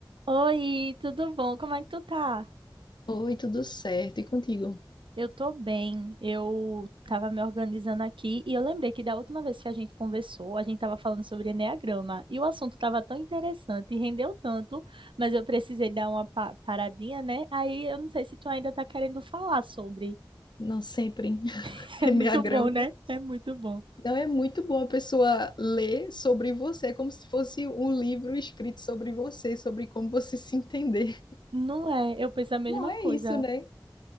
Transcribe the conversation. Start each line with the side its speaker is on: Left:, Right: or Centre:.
Right: Oi, tudo bom? Como é que tu tá?
Left: Oi, tudo certo? E contigo?
Right: Eu tô bem. Eu tava me organizando aqui e eu lembrei que da última vez que a gente conversou, a gente tava falando sobre eneagrama e o assunto tava tão interessante e rendeu tanto, mas eu precisei dar uma pa- paradinha, né? Aí eu não sei se tu ainda tá querendo falar sobre.
Left: Não sempre. <laughs>
Right: <laughs> É
Left: Eneagrama.
Right: muito bom, né? É muito bom.
Left: Não é muito bom a pessoa ler sobre você, é como se fosse um livro escrito sobre você, sobre como você se entender.
Right: Não é, eu penso a mesma
Left: Não é
Right: coisa.
Left: isso, né?